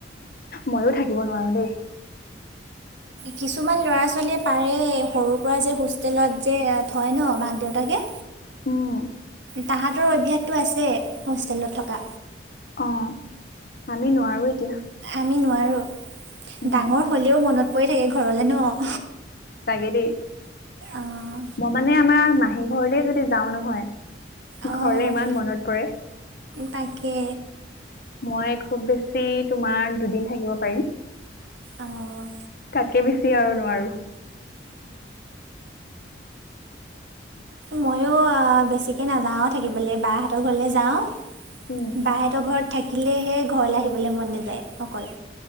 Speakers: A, on the left; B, on the right.
A: ময়ো থাকিব নোৱাৰো দেই।
B: কিছুমান ল'ৰা ছোৱালীয়ে পাৰে সৰুৰ পৰা যে হোষ্টেলত যে থয় ন', মাক দেউতাকে।
A: উম।
B: তাহাঁতৰ অভ্যাসটো আছে হোষ্টেলত থকা।
A: অ', আমি নোৱাৰো এতিয়া।
B: আমি নোৱাৰো
A: উম,
B: ডাঙৰ হ'লেও মনত পৰি থাকে ঘৰলে ন'।
A: সচাঁকে দেই
B: অঁ
A: মই মানে আমাৰ মাহী ঘৰলে যদি যাওঁ নহয়
B: অঁ
A: ঘৰলে ইমান মনত পৰে,
B: তাকে
A: মই খুব বেছি তোমাৰ দুদিন থাকিব পাৰিম।
B: অঁ
A: তাতকে বেছি আৰু নোৱাৰো।
B: ময়ো বেছিকে নাযাওঁ থাকিবলৈ বাহঁতৰ ঘৰলে যাওঁ
A: উম,
B: বাহেতৰ ঘৰত থাকিলেহে ঘৰলে আহিব বলে মন নযায় অকল